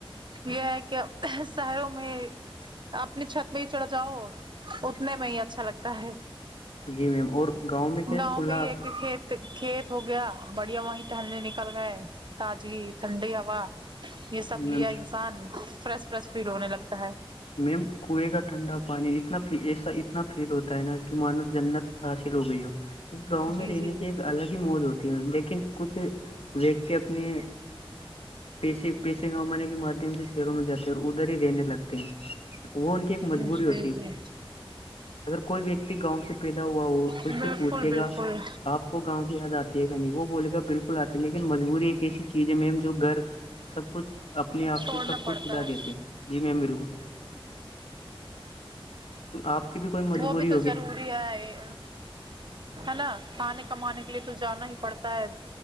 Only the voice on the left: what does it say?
جی میم اور میں کیا
کھلا
آس
میم
میم کنویں کا ٹھنڈا پانی اتنا ایسا اتنا فیل ہوتا ہے نا کہ مانو جنت حاصل ہو گئی ہو گاؤں
میں رہنے
کی ایک الگ ہی موج ہوتی ہے لیکن کچھ ویکتی اپنی پیشے پیشے کمانے کے مادھیم سے شہروں میں جاتے ہیں اور ادھر ہی رہنے لگتے ہیں وہ ان کی ایک مجبوری
ہوتی
اگر کوئی ویکتی گاؤں سے پیدا ہوا ہو اس
سے پوچھے
گا آ کو گاؤں کی یاد آتی ہے کہنی وہ بولے گا بالکل آتے لیکن مجبوری ایک ایسی چیز ہے میم جو گھر سب کچھ اپنے آپ
سے سب
کچھ چھٹا
دیتے جی میم بالکل آپ کی بھی کوئی مجبوری
ہوگی